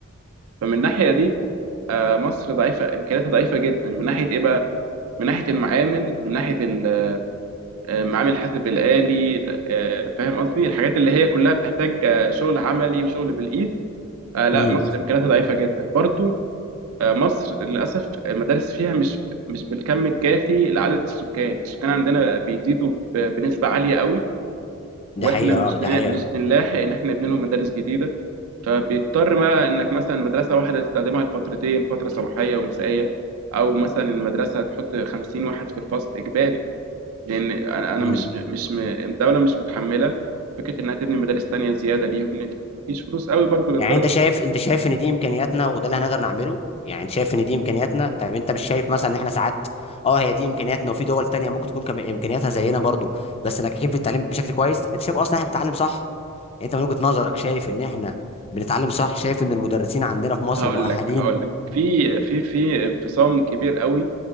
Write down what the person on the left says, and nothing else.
امم
دي حقيقة
اه دي
حقيقة
امم
يعني انت شايف انت شايف ان دي امكانياتنا وده اللي هنقدر نعمله يعني انت شايف ان دي امكانياتنا طب انت مش شايف مثلا ان احنا ساعات اه هي دي امكانياتنا وفي دول تانية ممكن تكون كم امكانياتها زينا برضو بس ناجحين في التعليم بشكل كويس انت شايف اصلا احنا بنتعلم صح يعني انت من وجهة نظرك شايف ان احنا بنتعلم صح شايف ان المدرسين عندنا في مصر
مؤهلين